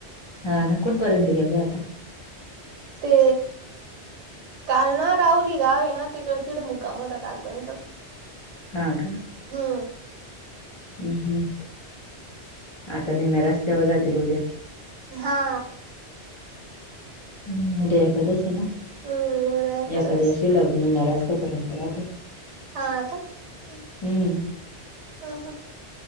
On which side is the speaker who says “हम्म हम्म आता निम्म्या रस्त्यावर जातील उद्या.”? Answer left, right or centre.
Left